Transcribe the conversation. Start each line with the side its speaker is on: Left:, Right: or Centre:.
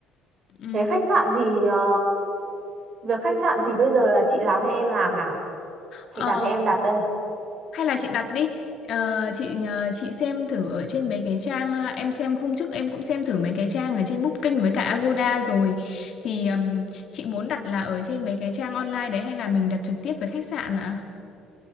Left: Ừm,
Right: Thế khách sạn thì ờ, việc khách sạn thì bây giờ là chị làm hay em làm nào? Chị
Left: ờ,
Right: đặt hay em đặt đây?
Left: hay là chị đặt đi Ờ, chị nhờ chị xem thử ở trên mấy cái trang ờ, em xem hôm trước em cũng xem thử mấy cái trang ở trên Booking với cả Agoda rồi thì ừm, chị muốn đặt là ở trên mấy cái trang online đấy hay là mình đặt trực tiếp với khách sạn ạ